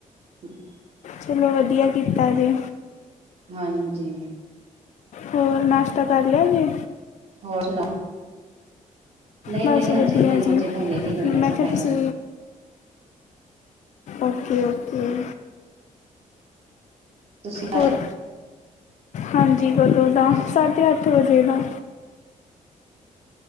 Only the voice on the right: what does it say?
<inaudible>
ਹਾਂਜੀ।
ਹੋਰ ਸੁਣਾਓ? ਨਹੀਂ-ਨਹੀਂ,
ਹਜੇ
ਨਹੀਂ, ਹਜੇ
ਤਾਂ ਹੁਣੀ ਫ੍ਰੀ ਹੋਈਆਂ
ਸਫਾਈਆਂ
ਤੁਸੀਂ